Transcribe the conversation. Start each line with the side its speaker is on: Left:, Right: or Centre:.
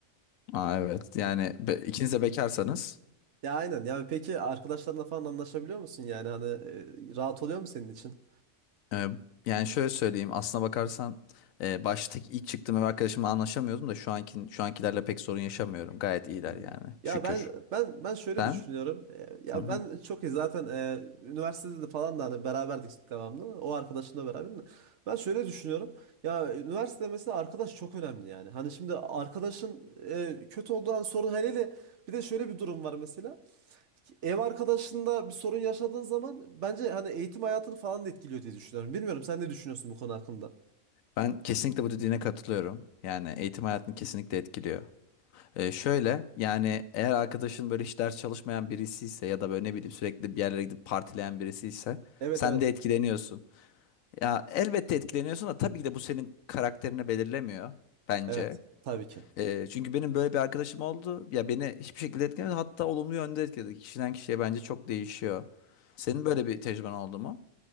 Left: Aa, evet. Yani be, ikiniz de bekarsanız
Right: Ya aynen. Ya peki arkadaşlarınla falan anlaşabiliyor musun yani? Hani e, rahat oluyor mu senin için?
Left: e, yani şöyle söyleyeyim. Aslına bakarsan e, baştaki ilk çıktığım ev arkadaşımla anlaşamıyordum da şu anki şu ankilerle pek sorun yaşamıyorum. Gayet iyiler
Right: Hmm.
Left: yani.
Right: Ya
Left: Şükür.
Right: ben ben ben şöyle
Left: Sen?
Right: düşünüyorum. Ee, Ya
Left: Hı hı.
Right: ben çok iyi zaten e, üniversitede de falan da hani beraberdik devamlı. O arkadaşımla beraber. de. Ben şöyle düşünüyorum. Ya üniversitede mesela arkadaş çok önemli yani. Hani şimdi arkadaşın e, kötü olduğu an sorun hele hele bir de şöyle bir durum var mesela. Ev arkadaşında bir sorun yaşadığın zaman bence hani eğitim hayatını falan da etkiliyor diye düşünüyorum. Bilmiyorum sen ne düşünüyorsun bu konu hakkında?
Left: Ben kesinlikle bu dediğine katılıyorum. Yani eğitim hayatını kesinlikle etkiliyor. Ee, şöyle yani eğer arkadaşın böyle hiç ders çalışmayan birisi ise ya da böyle ne bileyim sürekli bir yerlere gidip partileyen birisi ise
Right: Evet
Left: sen
Right: evet.
Left: de etkileniyorsun. Ya elbette etkileniyorsun da tabii ki de bu senin karakterini belirlemiyor bence.
Right: Evet. Tabii ki.
Left: Ee, çünkü benim böyle bir arkadaşım oldu. Ya beni hiçbir şekilde etkilemedi. Hatta olumlu yönde etkiledi. Kişiden kişiye bence çok değişiyor. Senin böyle bir tecrüben oldu mu?